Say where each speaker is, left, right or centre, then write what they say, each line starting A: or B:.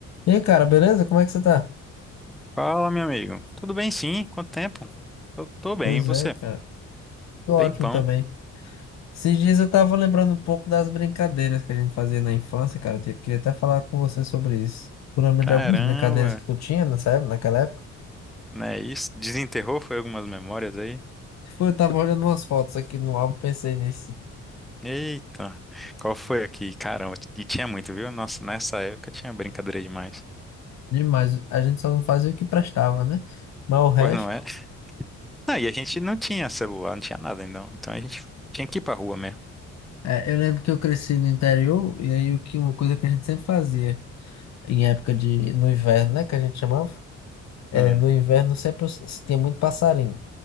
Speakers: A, on the left; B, in the centre.
A: E aí, cara, beleza? Como é que você tá?
B: Fala, meu amigo. Tudo bem, sim? Quanto tempo? Eu tô bem,
A: Pois
B: e você?
A: é, cara. Tô ótimo
B: Tempão.
A: também. Esses dias eu tava lembrando um pouco das brincadeiras que a gente fazia na infância, cara. Eu te- queria até falar com você sobre isso. Tu lembra
B: Caramba,
A: de algumas brincadeiras que tu tinha nessa época, naquela época?
B: né? Isso desenterrou foi algumas memórias aí.
A: Foi, eu tava olhando umas fotos aqui no álbum, pensei nisso.
B: Eita, qual foi aqui? Caramba, e tinha muito, viu? Nossa, nessa época tinha brincadeira demais.
A: Demais. A gente só não fazia o que prestava, né? Mas o resto.
B: Pois não é? Não, e a gente não tinha celular, não tinha nada então. Então a gente tinha que ir pra rua mesmo.
A: É, eu lembro que eu cresci no interior, e aí o que, uma coisa que a gente sempre fazia, em época de, no inverno, né? Que a gente chamava. É,
B: Hum.
A: no inverno sempre os- tinha muito passarinho.